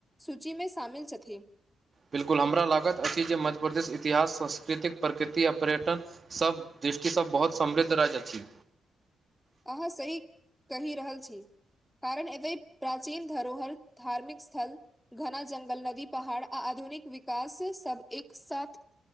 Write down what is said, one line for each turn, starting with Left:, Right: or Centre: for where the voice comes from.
Centre: सूचीमे शामिल छथि।
Right: बिलकुल हमरा लागत अछि जे मध्य प्रदेश इतिहास, संस्कृति, प्रकृति, आर पर्यटन सब दृष्टि स बहुत समृद्ध राज्य अछी।
Centre: अहाँ सही कहि रहल छी। कारण एते प्राचीन धरोहर धार्मिक स्थल घना जंगल, नदी, पहाड़ आ आधुनिक विकास सब एक साथ